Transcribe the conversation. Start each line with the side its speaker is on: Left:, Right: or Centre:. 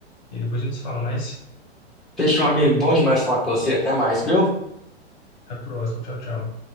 Left: e depois a gente se fala mais.
Centre: Fechou, amigo. Bom demais falar com você. Até mais, viu?
Left: Até a próxima. Tchau, tchau.